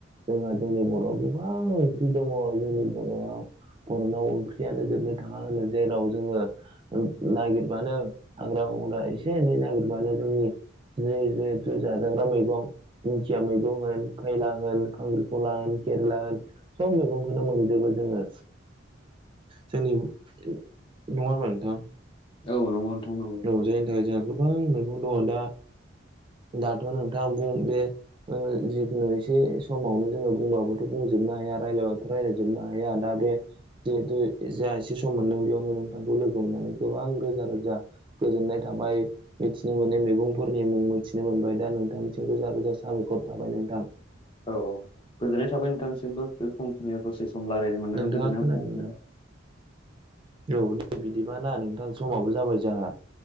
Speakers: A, on the right (about 25°); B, on the left (about 30°).
A: जोंहा जोंनि बर'आव गोबां ओंख्रि दङ जोंनि बर'आव। बर'नाव ओंख्रियानो जोबनो थाङा होनो जेराव जोङो नागिर। बानो हाग्रा बंग्रा एसे एनै नागिरबानो जोंनि जेरै जाजाग्रा मैगं दिंखिया मैगं होन खैला होन खांख्रिखला होन केरेला होन सब मैगंखौनो मोनजोबो। जोङो जोंनि नङा होनबा नोंथां?
B: औ नंगौ। नोंथां नंगौ
A: रंजायनि थाखाय जोंहा गोबां मैगं दङ दा दाथ' नोंथां बुं बे जिखुनु एसे समावनो जोङो बुंबाबथ' बुंजोबनो हाया रायजलायबाथ' रायज्लायजोबनो हाया दा बे जिहेतु
B: औ
A: जा एसे सम मोनदों बेयावनो नोंथांखौ लोगो मोननानै गोबां रोजा रोजा गोजोननाय थाबाय मिथिनो मोननाय मैगंफोरनि मुं मिथिनो मोनबाय दा नोंथांनिसिम रोजा रोजा साबाय खर थाबाय नोंथां।
B: औ औ गोजोननाय थाबाय नोंथांसिमबो बे फुंखिनिया दसे सम रायलायनो मोननानै
A: नोंथाङा
B: गोजोननाय
A: खोनादोंना
B: मोना
A: औ दे बिदिबा ना नोंथां समाबो जाबाय जोंहा